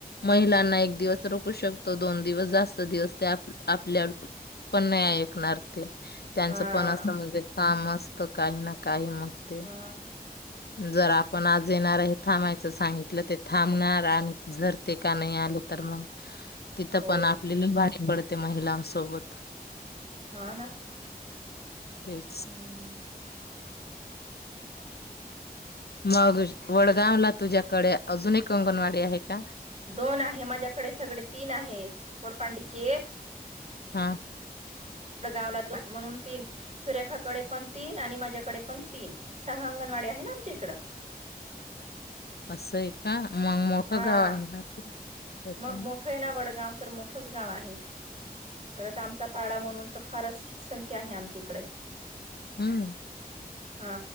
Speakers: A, on the left; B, on the right.
A: महिलांना एक दिवस रोकू शकतो दोन दिवस जास्त दिवस‌ नाही आपल्या पण नाही ऐकणार ते त्यांचं
B: हा
A: पण असं म्हणजे काम असतं काही ना काही मग ते
B: हा
A: जर आपण आज येणार हे थांबायचं सांगितलं ते थांबणार आणि जर ते का नाही आल तर मग तिथं
B: हो
A: पण आपलेला भारी पडते महिलांसोबत
B: हा ना
A: तेच
B: हम्म.
A: मग ज वडगाव ला तुझ्याकडे अजून एक अंगणवाडी आहे का?
B: दोन आहे माझ्याकडे सगडे तीन आहे, कोडपांडीची एक
A: हा.
B: डगावला दोन म्हणून तीन सुरेखाकडे पण तीन आणि माझ्याकडे पण तीन सहा अंगणवाडी आहे. ना आमच्या इकडं
A: असंय का? मग मोठं
B: हा
A: गाव आहे ना ते? त्याच
B: मग मोठं आहे ना वडगाव तर मोठंच गाव आहे परत आमचा पाडा म्हणून तर फारच संख्या आहे, आमच्या इकडे.
A: हम्म
B: हा